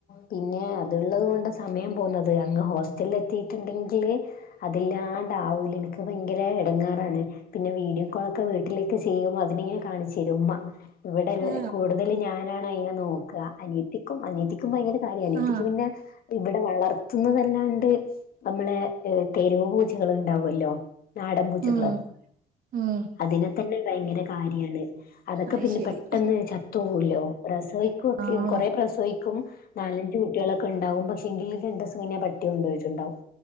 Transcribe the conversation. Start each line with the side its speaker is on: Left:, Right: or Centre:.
Left: പിന്നെ അത്ള്ളത് കൊണ്ട് സമയം പോവുന്നത് അങ്ങ് ഹോസ്,, ലെത്തിട്ടുണ്ടെങ്കില് അതില്ലാണ്ടാവൂല എനിക്ക് ഭയങ്കര ഇടങ്ങാറാണ് പിന്നെ വീഡിയോ കോളൊക്കെ വീട്ടിലേക്കെ ചെയ്യുമ്പോൾ അതിന് ഇങ്ങനെ കാണിച്ച തരും ഉമ്മ ഇവിടെ
Right: ആ
Left: കൂടുതല,, ഞാനാണ് അതിനെ നോക്കുക അനിയത്തിക്കും അനിയത്തിക്കും ഭയങ്കര കാര്യ അനിയത്തിക്ക്
Right: ആ
Left: പിന്നെ ഇവിടെ വളർത്തുന്നതല്ലാണ്ട് നമ്മളെ തെരുവ് പൂച്ചകൾ ഉണ്ടാവല്ലോ നാടൻ പൂച്ചക്കള
Right: ഉം ഉം
Left: അതിനെ തന്നെ ഭയങ്കര കാര്യാണ് അതൊക്കെ
Right: അത്
Left: പിന്നെ
Right: ശരി
Left: പെട്ടെന്ന് ചത്ത് പോവല്ലോ പ്രസവിക്ക ക്കെ
Right: ആ
Left: കൊറെ പ്രസവിക്കും നാലഞ്ചു കുട്ടികളൊക്കെ ഉണ്ടാവും പക്ഷെങ്കിൽ രണ്ട്ദിവസം കഴിഞ്ഞപട്ടി കൊണ്ടോയിട്ടുണ്ടാവും